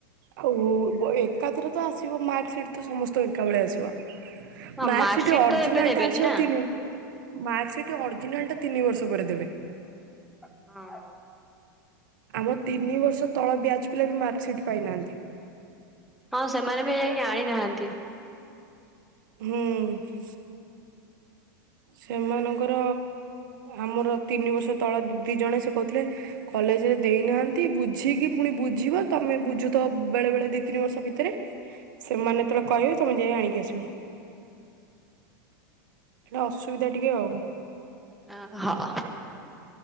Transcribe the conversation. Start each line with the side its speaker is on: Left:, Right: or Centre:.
Right: ଆଉ ଏକାଥରେ ତ ଆସିବ ମାର୍କସିଟ ତ ସମସ୍ତଙ୍କ ଏକା ବଳେ ଆସିବ।
Centre: ହଁ
Right: ମାର୍କସିଟ ଅରିଜିନାଲ
Centre: ତ ଏବେ ଦେବେନି
Right: ଟା ଆସିବ
Centre: ନା?
Right: ତିନି ମାର୍କସିଟ ଅରିଜିନାଲ ଟା ତିନି ବର୍ଷ ପରେ ଦେବେ।
Centre: ହଁ
Right: ଆମ ତିନି ବର୍ଷ ତଳ ବେଞ୍ଚ ପିଲା ବି ମାର୍କସିଟ ପାଇନାହାନ୍ତି।
Centre: ହଁ ସେମାନେ ବି ଯାଇକି ଆଣି ନାହାନ୍ତି।
Right: ହୁଁ ସେମାନଙ୍କର ଆମର ତିନି ବର୍ଷ ତଳ ଦି ଜଣେ ସେ କହୁଥିଲେ। କଲେଜରେ ଦେଇନାହାନ୍ତି ବୁଝିକି ପୁଣି ବୁଝିବ ତମେ ବୁଝୁ ତ ବେଳେ ବେଳେ ଦି ତିନି ବର୍ଷ ଭିତରେ ସେମାନେ ଯେତେବେଳେ କହିବେ, ତମେ ଯାଇ ଆଣିକି ଆସିବ। ସେଟା ଅସୁବିଧା ଟିକେ ଆଉ
Centre: ଆ ହଁ ହଁ